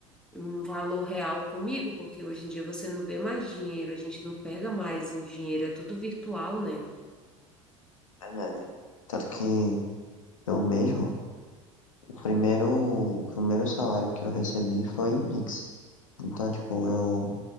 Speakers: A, in the centre; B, on the left.
A: um valor real comigo, porque hoje em dia você não vê mais dinheiro, a gente não pega mais em dinheiro, é tudo virtual, né?
B: Verdade. Tanto que eu mesmo, o primeiro, o primeiro salário que eu recebi foi em Pix. Então, tipo, eu